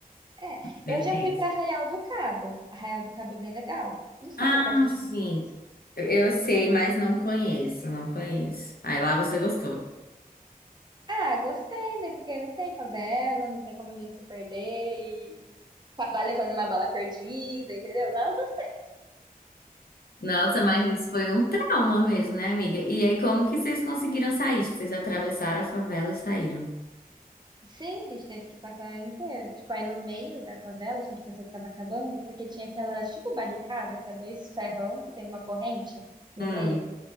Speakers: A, on the right (about 30°); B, on the left (about 75°).
A: é,
B: é
A: eu
B: tenso.
A: já fui para Arraial do Cabo. Arraial do Cabo é bem legal. Não sei
B: Ah,
A: se é perto de
B: sim.
A: Búzios.
B: Eu eu sei, mas não conheço, não conheço. Aí lá você gostou.
A: Ah, gostei, né? Porque não tem favela, não tem como a gente se perder e acabar levando uma bala perdida, entendeu? Lá eu gostei.
B: Nossa, mas isso foi um trauma mesmo, né, amiga? E aí, como que vocês conseguiram sair? Tipo, vocês atravessaram a favela e saíram.
A: Sim, a gente teve que passar inteiro. Tipo, aí no meio da favela, a gente pensou que tava acabando, porque tinha aquelas, tipo, barricada, que é dois ferrão, que tem uma corrente no
B: Hum,
A: meio.